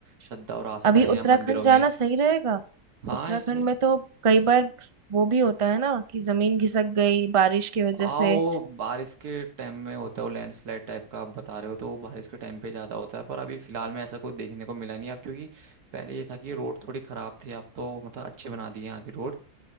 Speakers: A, on the right; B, on the right.
A: श्रद्धा और आस्था
B: अभी
A: है
B: उत्तराखंड
A: यहाँ मंदिरों में
B: जाना सही रहेगा
A: हाँ
B: उत्तराखंड
A: इसमें
B: में तो कई बार वो भी होता है ना कि जमीन खिसक गई बारिश की वजह
A: आओ
B: से
A: बारिश के टाइम में होता है वो लैंडस्लाइड टाइप का आप बता रहे हो तो वो बारिश के टाइम पे ज़्यादा होता है पर अभी फिलहाल में ऐसा कुछ देखने को मिला नहीं अब क्योंकि पहले ये था कि रोड थोड़ी ख़राब थी अब तो मतलब अच्छे बना दिए यहाँ की रोड